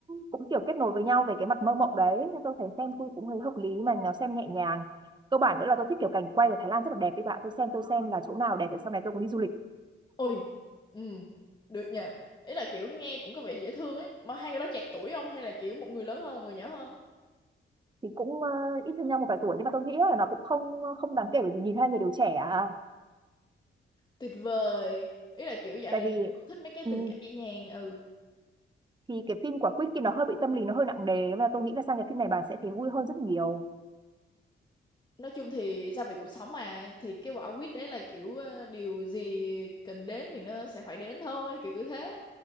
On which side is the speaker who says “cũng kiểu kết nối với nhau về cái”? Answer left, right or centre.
Right